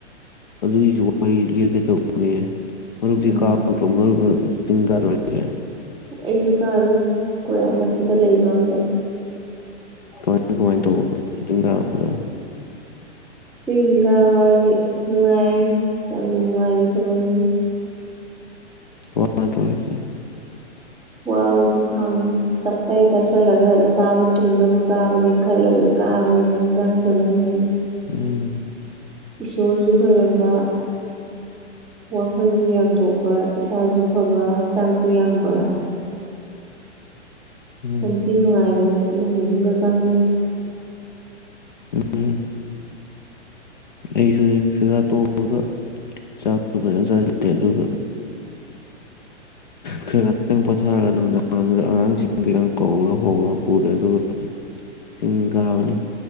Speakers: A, on the left; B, in the centre.
A: ꯑꯗꯨꯒꯤꯁꯨ ꯋꯥꯔꯤ ꯂꯤꯔꯛꯀꯦ ꯇꯧꯕꯅꯦ ꯃꯔꯨꯞꯇꯤ
B: ꯎꯝ
A: ꯀꯥꯗꯔ꯭ꫭ ꯃꯥꯔꯨꯞꯅ ꯑꯁ ꯆꯤꯡ ꯀꯗꯔ꯭ꫭ ꯍꯥꯏꯁꯦ
B: ꯑꯩꯁꯨ ꯀꯥꯔꯨꯏ ꯈꫭꯏ ꯑꯅꯛꯄꯗ ꯂꯩꯕ ꯑꯝꯗ
A: ꯀꯃꯥꯏ ꯀꯃꯥꯏꯅ ꯇꯧꯕ ꯆꯤꯡ ꯀꯥꯕꯗꯣ
B: ꯆꯤꯡ ꯀꯥꯕꯁꯤ ꯅꯨꯡꯉꯥꯏ ꯌꯥꯝ ꯅꯨꯡꯉꯥꯢ ꯑꯗꯨꯝ
A: ꯋꯥ꯭ꯗꯔꯣ ꯍꯥꯢꯁꯦ
B: ꯋꯥꯔꯁꯨ ꯈꯥꯡꯉꯤ ꯇꯞꯇꯥꯏ ꯆꯥꯁꯤꯜꯂꯒ ꯆꯥꯕ ꯇꯨꯝꯅꯕ ꯀꯥꯕꯅꯦ ꯈꯜꯂꯒ ꯀꯥꯕꯅꯤꯅ ꯍꯛꯆꯥꯡ ꯐꯅꯕꯅꯦꯅ
A: ꯎꯝ
B: ꯏꯁꯣꯔꯁꯨ ꯈꯣꯏꯔꯝꯕ ꯋꯥꯈꯜꯁꯨ ꯌꯥꯡꯊꯣꯛꯄ ꯏꯁꯥꯁꯨ ꯐꯕ ꯍꯛꯆꯥꯡꯁꯨ ꯌꯥꯡꯕ <unintelligible>
A: ꯎꯝ
B: ꯅꯨꯡꯉꯥꯏ <unintelligible> ꯏꯃꯨꯡ ꯃꯅꯨꯡꯒ <unintelligible>
A: ꯎꯝ ꯑꯩꯁꯨꯅꯤ ꯁꯒꯥꯥ ꯇꯣꯛꯑꯒ ꯆꯥꯛꯇꯨ ꯐꯖꯅ ꯆꯥꯁꯤꯜꯂꯦ ꯑꯗꯨꯒ ꯈꯔ ꯉꯇꯪ ꯄꯣꯊꯥꯔꯒ ꯅꯨꯃꯤꯗꯥꯡꯏꯗꯨꯗ ꯑꯉꯥꯡꯁꯤꯡ ꯀꯩꯀ ꯀꯧꯔ ꯍꯧꯔ ꯄꯨꯔꯦ ꯑꯗꯨꯒ ꯆꯤꯡ ꯀꯥꯕꯅꯤ